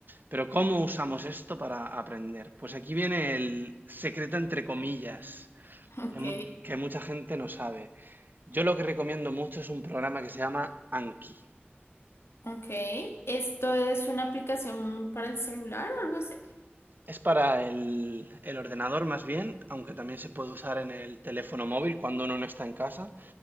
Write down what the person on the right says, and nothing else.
Pero ¿cómo usamos esto para aprender? Pues aquí viene el secreto entre comillas,
que, mu- que mucha gente no sabe. Yo lo que recomiendo mucho es un programa que se llama Anki.
Es para el, el ordenador más bien, aunque también se puede usar en el teléfono móvil cuando uno no está en casa,